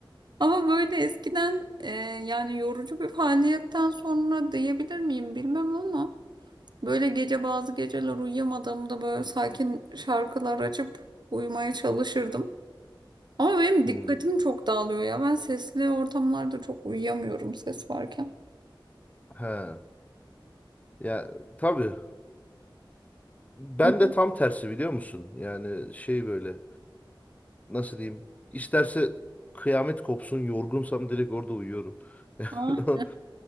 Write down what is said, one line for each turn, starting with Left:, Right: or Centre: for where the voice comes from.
Right: Ama böyle eskiden e, yani yorucu bir faaliyetten sonra diyebilir miyim bilmem ama böyle gece bazı geceler uyuyamadığımda böyle sakin şarkılar açıp uyumaya çalışırdım. Ama benim
Left: Hmm.
Right: dikkatim çok dağılıyor ya. Ben sesli ortamlarda çok uyuyamıyorum ses varken.
Left: Ha. Ya tabii Ben
Right: Hı.
Left: de tam tersi biliyor musun? Yani şey böyle nasıl diyeyim? İsterse kıyamet kopsun yorgunsam direkt orada uyuyorum.
Right: Aa.
Left: <laughs>